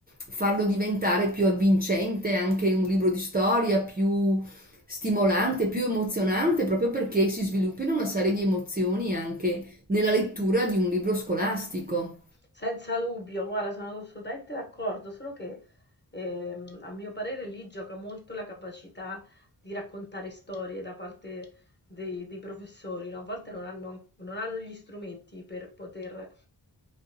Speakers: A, on the right; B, on the left.
A: farlo diventare più avvincente, anche un libro di storia più stimolante, più emozionante, proprio perché si sviluppino una serie di emozioni anche nella lettura di un libro scolastico.
B: Senza dubbio, guarda, sono assolutamente d'accordo, solo che ehm, a mio parere lì gioca molto la capacità di raccontare storie da parte dei, dei professori, no? A volte non hanno, non hanno gli strumenti per poter